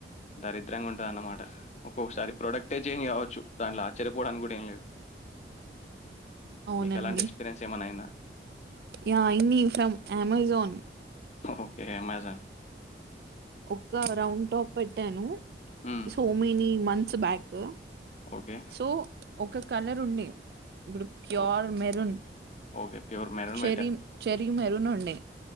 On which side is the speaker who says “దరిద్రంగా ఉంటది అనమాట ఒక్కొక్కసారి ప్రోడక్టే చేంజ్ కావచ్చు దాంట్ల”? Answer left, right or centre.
Left